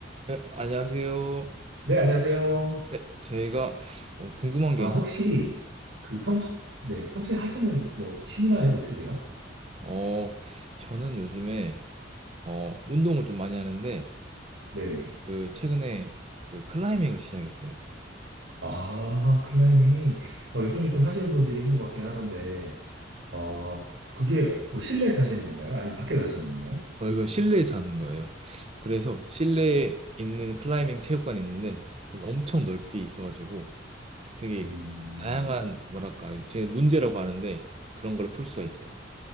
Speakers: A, on the right (about 35°); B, on the right (about 75°).
A: 네, 안녕하세요.
B: 네, 안녕하세요.
A: 네, 저희가 어, 궁금한
B: 아,
A: 게, 있-
B: 혹시 그 평소, 네, 평소에 하시는 뭐 취미나 이런 거 있으세요?
A: 어, 저는 요즘에 어, 운동을 좀 많이 하는데,
B: 네네.
A: 그 최근에 그 클라이밍을 시작했어요.
B: 아, 클라이밍. 어, 요즘에 좀 하시는 분들이 있는 것 같긴 하던데, 어, 그게 뭐 실내에서 하시는 건가요? 아니면 밖에서 하시는 건가요?
A: 어, 이건 실내에서 하는 거예요. 그래서 실내에 있는 클라이밍 체육관이 있는데, 거기 엄청 넓게 있어가지고 되게
B: 음,
A: 다양한 뭐랄까, 저희는 문제라고 하는데 그런 걸 풀 수가 있어요.